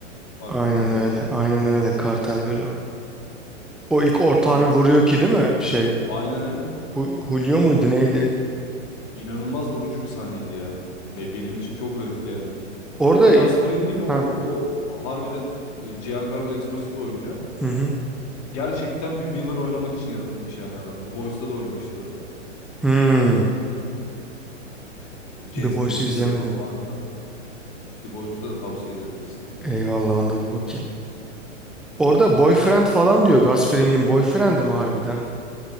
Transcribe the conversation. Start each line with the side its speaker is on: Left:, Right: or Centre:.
Left: baktığın
Centre: Aynen
Left: zaman.
Centre: öyle. Aynen öyle. Kartel bölümü. O ilk ortağını
Left: Hmm.
Centre: vuruyor ki değil mi? Şey.
Left: Aynen aynen.
Centre: Hu- Julio muydu neydi?
Left: İnanılmaz vurucu bir sahneydi ya. Ve benim için çok garipti yani.
Centre: Orada.
Left: Ve Gus Fring'in o,
Centre: Ha.
Left: o harbiden e, Giancarlo Esposito oynuyor.
Centre: Hı hı.
Left: Gerçekten bir villain oynamak için yaratılmış yani adam. The Boys'ta da oynamıştı o.
Centre: Hmm.
Left: O jest
Centre: The Boys'u
Left: mimikleri
Centre: izlemedim.
Left: falan harika. The Boys'u da tavsiye ederim kesinlikle.
Centre: Eyvallah onda bir bakayım. Orada boyfriend falan diyor. Gus Fring'in boyfriend'i mi harbiden?